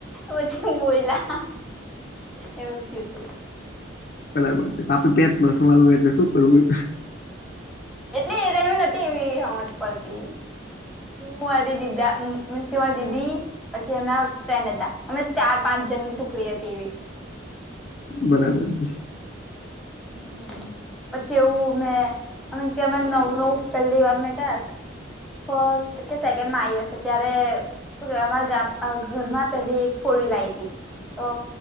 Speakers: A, in the centre; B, on the left.
A: પછી હું બોયલા એવું થયું તું
B: બરાબર છે પાપી પેટ નો સવાલ હોય એટલે શું કરવું હોય
A: એટલે એ ટાઈમ એ નથી એવી સમજ પડતી હ અરે દીદા મીન્સ કે મારે દીદી પછી એમના ફ્રેન્ડ હતા અમે ચાર પાંચ જન ની ટુકડી હતી એવી
B: બરાબર છે.
A: હમ પછી એવું મેં મિસ્ક કે અ ન નવું પેલી વાર મેં કયા ફર્સ્ટ કે સેકન્ડ માઈ હશે ત્યારે શું કેવાય અમારાામ ઘરમાં પેલી એક ફોઈ લાવીતી તો